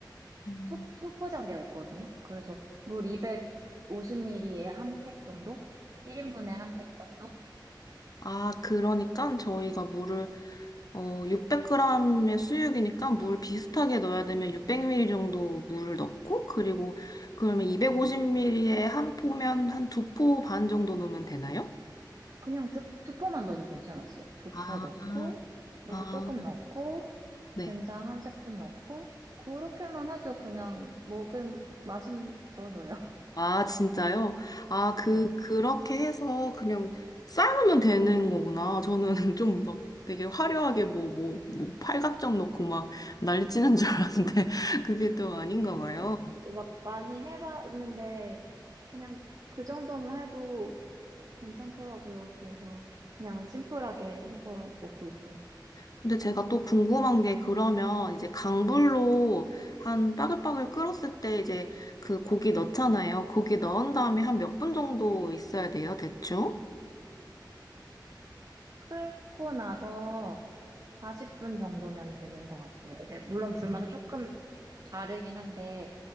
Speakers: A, on the left; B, on the right.
A: 음.
B: 소, 소포장되어 있거든요. 그래서 물 250ml에 한 팩 정도? 1인분에 한 팩 정도?
A: 아, 그러니까 저희가 물을 어, 600g의 수육이니까 물 비슷하게 넣어야 되면 600ml 정도 물을 넣고 그리고 그러면 250ml에 한 포면 한 두 포반 정도 넣으면 되나요?
B: 그냥 두, 두 포만 넣어도 괜찮았어요. 두
A: 아,
B: 포 넣고, 물
A: 아,
B: 조금 넣고,
A: 네.
B: 된장 한 스푼 넣고, 그렇게만 해도 그냥 먹은 맛은 있어서요. <laughs>
A: 아, 진짜요? 아, 그,
B: 네.
A: 그렇게 해서 그냥 삶으면 되는 거구나. 저는 <laughs> 좀 막 되게 화려하게 뭐, 뭐, 뭐, 팔각정 넣고 막 난리 치는 줄 알았는데 <laughs> 그게 또 아닌가 봐요.
B: 어, 막 많이 해봤는데, 그냥 그 정도만 해도 괜찮더라고요. 그래서 그냥 심플하게 해서 먹고 있어요.
A: 근데 제가 또 궁금한 게 그러면 이제 강불로 한 빠글빠글 끓었을 때 이제 그 고기 넣잖아요. 고기 넣은 다음에 한 몇 분 정도 있어야 돼요, 대충?
B: 끓고 나서 40분 정도면 되는 것 같아요. 네, 물론 불마다 조금 다르긴 한데,